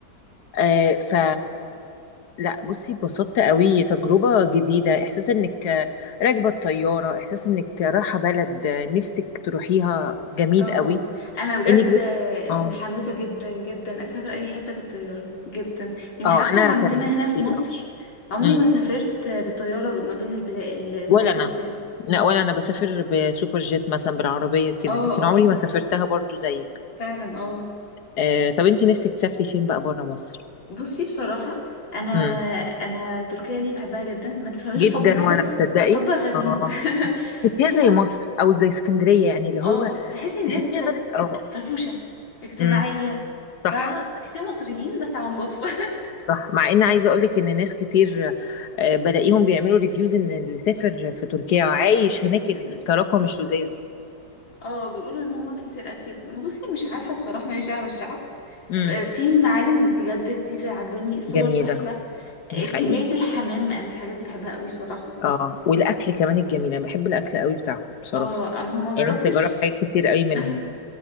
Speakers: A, on the left; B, on the left.
A: آه ف لا بصي اتبسطت قوي تجربة جديدة احساس انك آه، راكبة الطيارة احساس انك رايحة بلد آه، نفسك تروحيها جميل
B: اه
A: قوي
B: انا بجد
A: انك بت... اه
B: متحمسه جدا جدا اسافر اي حته بالطياره جدا يعني
A: اه
B: حتى
A: انا
B: عندنا
A: كان نفسي
B: هنا في مصر
A: اه
B: عمري
A: مم.
B: ما سافرت بالطياره ما بين البلاد المحافظات
A: ولا انا
B: يعني
A: لا ولا انا بسافر بسوبر جيت مثلا بالعربية كده
B: اه
A: لكن
B: اه
A: عمري ما سافرتها برضو زيك
B: فعلا اه
A: آه طب انتي نفسك تسافري فين بقى بره مصر
B: بصي بصراحه انا
A: مم.
B: انا تركيا دي بحبها جدا ما تفهميش
A: جدا
B: حب كده
A: وانا تصدقي
B: حب غريب
A: اه
B: <laughs>
A: تحسيها
B: فيها
A: زي مصر او زي اسكندرية يعني اللي
B: اه
A: هو
B: تحسي الناس
A: تحسيها
B: كده
A: بلد اه
B: فرفوشه اجتماعيه
A: امم صح
B: فاهمه تحسيهم مصريين بس على نضافه
A: صح مع ان عايزه اقول لك ان ناس كتير آه، بلاقيهم بيعملوا ريفيوز ان اللي سافر في تركيا وعايش
B: <laughs> يتفرق
A: هناك
B: وكده
A: التراكم مش لذيذ
B: اه بيقولوا ان هما في سرقة كتير بصي مش عارفة بصراحة ماليش دعوة بالشعب
A: امم
B: آه، في معالم بجد كتير عجباني صور
A: جميله
B: تحفة آه،
A: دي حقيقه
B: كمية الحمام انا الحاجات دي بحبها قوي بصراحة
A: اه والاكل كمان الجميل انا بحب الاكل قوي بتاعهم بصراحه
B: اه اما هما جربتش
A: يعني نفسي اجرب حاجات كتير قوي منهم
B: <laughs>